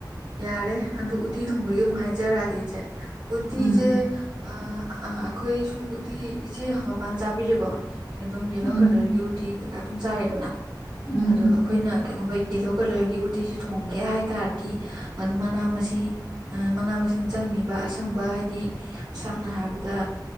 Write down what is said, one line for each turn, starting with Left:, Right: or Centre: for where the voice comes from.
Right: ꯌꯥꯔꯦ ꯑꯗꯨ ꯎꯠꯇꯤ ꯊꯣꯡꯕꯒꯤ ꯑꯃꯨꯛ ꯍꯥꯏꯖꯔꯛꯑꯒꯦ ꯏꯆꯦ ꯎꯠꯇꯤꯁꯦ
Left: ꯎꯝ
Right: ꯑꯥ ꯑꯥ ꯑꯩꯈꯣꯏ ꯁꯨꯝ ꯎꯇꯤ ꯏꯆꯦ ꯍꯪꯒꯄꯥꯟ ꯆꯥꯕꯤꯔꯦꯀꯣ ꯑꯗꯨꯝ ꯌꯦꯜꯂꯣ
Left: ꯎꯝ
Right: ꯀꯂꯔꯒꯤ ꯎꯇꯤ ꯀꯩꯀꯥ ꯑꯗꯨꯝ ꯆꯥꯔ ꯗꯅ
Left: ꯎꯝ
Right: ꯑꯗꯣ ꯑꯩꯈꯣꯏꯅ ꯀꯩꯒꯨꯝꯕ ꯌꯦꯂꯣ ꯀꯂꯔꯒꯤ ꯎꯇꯤꯁꯨ ꯊꯣꯡꯒꯦ ꯍꯥꯏ ꯇꯥꯔꯗꯤ ꯑꯗꯨ ꯃꯅꯥ ꯃꯁꯤꯡ ꯃꯁꯤꯡ ꯃꯁꯤꯡ ꯆꯪꯉꯤꯕ ꯑꯁꯪꯕ ꯍꯥꯏꯗꯤ ꯁꯝꯅ ꯍꯥꯏꯔꯕꯗ